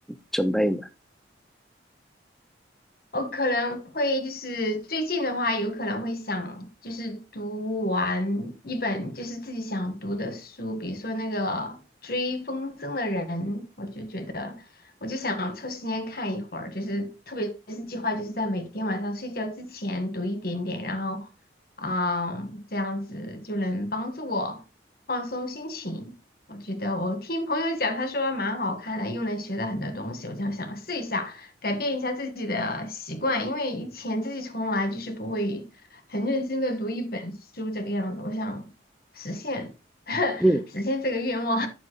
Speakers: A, in the centre; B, on the left.
A: 准备呢？
B: 我可能会就是最近的话，有可能会想就是读完一本就是自己想读的书，比如说那个《追风筝的人》，我就觉得我就想抽时间看一会儿，就是特别是计划就是在每天晚上睡觉之前读一点点，然后嗯这样子就能帮助我放松心情。我觉得我听朋友讲，他说蛮好看的，又能学到很多东西，我就想试一下。改变一下自己的习惯，因为以前自己从来就是不会很认真的读一本书这个样子。我想实现 <laughs>
A: 嗯。
B: 实现这个愿望。